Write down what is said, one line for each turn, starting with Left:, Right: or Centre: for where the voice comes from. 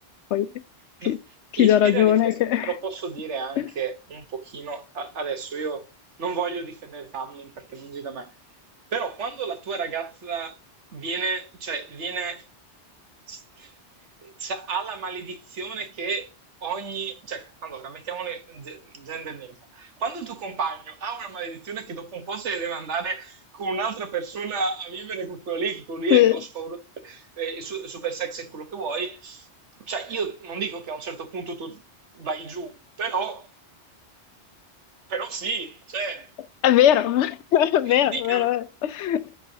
Left: Poi ti,
Right: no,
Left: ti
Right: ispira
Left: do ragione
Right: riflessione,
Left: che...
Right: però posso
Left: <laughs>
Right: dire anche un pochino, a- adesso io non voglio difendere Tamlin perché è lungi da me, però quando la tua ragazza viene, cioè viene, s- sa- ha la maledizione che ogni, cioè, allora, mettiamole ge- gender neutral, quando il tuo compagno ha una maledizione che dopo un po' se ne deve andare con un'altra persona a vivere con quello lì, che quello lì
Left: se-
Right: è grosso, pauroso, eh, su- super sexy e quello che vuoi, Cioè, io non dico che a un certo punto tu vai giù, però, però sì, cioè,
Left: È vero, <laughs> è vero, è vero.
Right: oddio,
Left: è vero.